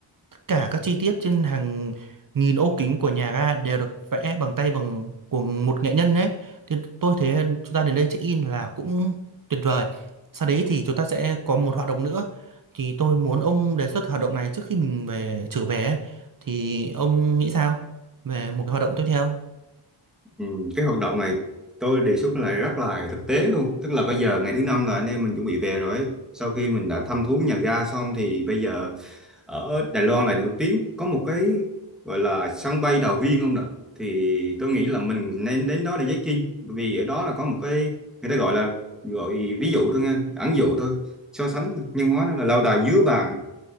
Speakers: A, on the right; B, in the centre.
A: tất cả các chi tiết trên hàng nghìn ô kính của nhà ga đều được vẽ bằng tay bằng của một nghệ nhân đấy thì tôi thấy chúng ta đến đây check in là cũng tuyệt vời sau đấy thì chúng ta sẽ có một hoạt động nữa thì tôi muốn ông đề xuất hoạt động này trước khi mình về trở về thì ông nghĩ sao về một cái hoạt động tiếp theo
B: Ừm, cái hoạt động này tôi đề xuất là rất là thực tế luôn tức là bây giờ ngày thứ năm là anh em mình chuẩn bị về rồi ấy. sau khi mình đã thăm thú nhà ga xong thì bây giờ ở Đài Loan là nổi tiếng có một cái gọi là sân bay Đào Viên không nè thì tôi nghĩ là mình nên đến đó để check in bởi vì ở đó là có một cái người ta gọi là gọi ví dụ thôi nha ẩn dụ thôi so sánh nhân hóa nó là lâu đài dứa vàng